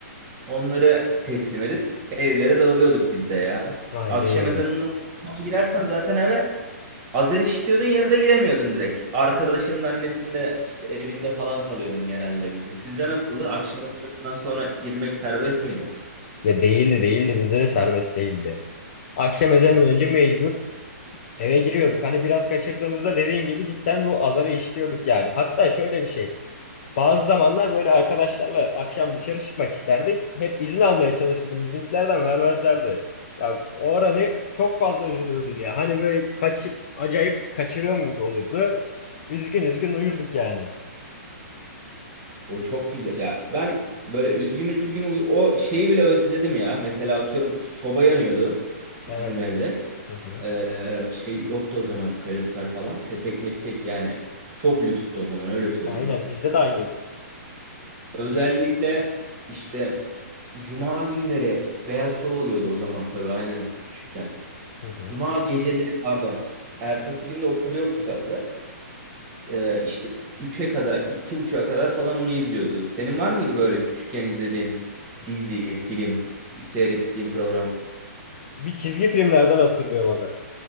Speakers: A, on the right; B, on the left.
A: Onları teslim edip evlere dağılıyorduk biz de ya.
B: Aynen
A: Akşam
B: öyle.
A: ezanından sonra girersen zaten eve azar işitiyordun ya da giremiyordun direkt. Arkadaşının annesinde işte evinde falan kalıyordun genelde bizde. Sizde nasıldı? Akşam ezanından sonra girmek serbest miydi?
B: Ya değildi, değildi. Bizde de serbest değildi. Akşam ezanından önce mecbur eve giriyorduk. Hani biraz kaçırdığımızda dediğin gibi cidden bu azarı işliyorduk yani. Hatta şöyle bir şey. Bazı zamanlar böyle arkadaşlarla akşam dışarı çıkmak isterdik. Hep izin almaya çalışırdım. Bizimkilerden vermezlerdi. Ya o aranı çok fazla üzülürdün ya. Hani böyle kaç acayip kaçırıyorum gibi olurdu. Üzgün üzgün uyurduk yani.
A: O çok güzel. Ya ben böyle üzgün üzgün uy- o şeyi bile özledim ya. Mesela atıyorum soba yanıyordu
B: Evet.
A: bizim evde.
B: Hı hı.
A: Ee, şey yoktu o zaman kalorifer falan. Petek metek yani. Çok lükstü o zaman öyle söyleyeyim.
B: Aynen bizde de aynıydı.
A: Özellikle işte Cuma günleri Beyaz Şov oluyordu o zaman tabii aynen küçükken.
B: Hı hı.
A: Cuma geceleri pardon. Ertesi günde okul yoktu tabii. Ee, işte üç'e kadar, 2.30'a kadar falan onu izliyorduk. Senin var mıydı böyle küçükken izlediğin dizi, film, seyrettiğin program?
B: Bir çizgi filmlerden hatırlıyorum abi.